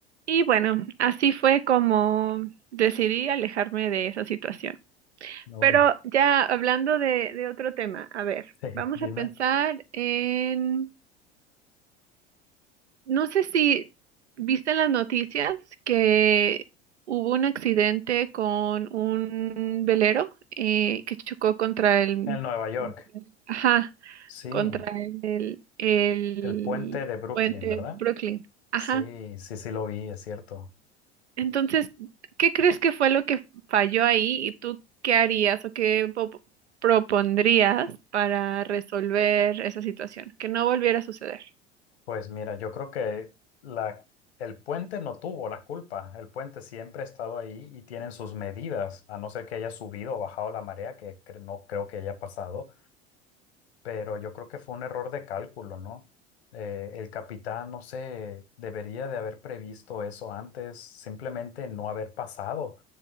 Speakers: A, on the right (about 80°); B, on the left (about 65°).
A: Y bueno, así fue como decidí alejarme de esa situación.
B: Uy,
A: Pero ya hablando de, de otro tema, a ver,
B: <laughs> sí,
A: vamos
B: dime.
A: a pensar en, no sé si viste en las noticias que hubo un accidente con un velero eh, que chocó contra el,
B: En Nueva York,
A: contra el- ajá,
B: sí,
A: contra el, el
B: el puente de Brooklyn,
A: puente
B: ¿verdad?
A: de Brooklyn. Ajá.
B: Sí, sí, sí lo vi, es cierto.
A: Entonces, ¿qué crees que fue lo que falló ahí y tú qué harías o qué po- propondrías para resolver esa situación? Que no volviera a suceder.
B: Pues mira, yo creo que la, el puente no tuvo la culpa. El puente siempre ha estado ahí y tienen sus medidas, a no ser que haya subido o bajado la marea, que cre- no creo que haya pasado. pero yo creo que fue un error de cálculo, ¿no? Eh, el capitán, no sé, debería de haber previsto eso antes, simplemente no haber pasado,